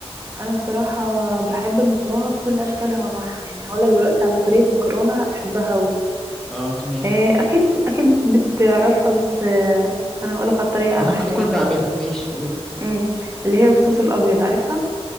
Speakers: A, on the right; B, in the centre.
A: انا بصراحة بحب المكرونة بكل اشكالها وانواعها يعني هقول لك دلوقتي على طريقة مكرونة هتحبها قوي
B: اه تمام
A: آه، اكيد اكيد بتعرفها بس آه، انا هقولك على الطريقه
B: أو
A: احلى
B: ممكن اكون
A: يعني
B: بعملها ماشي قولي
A: امم اللي هي بالصوص الابيض عارفها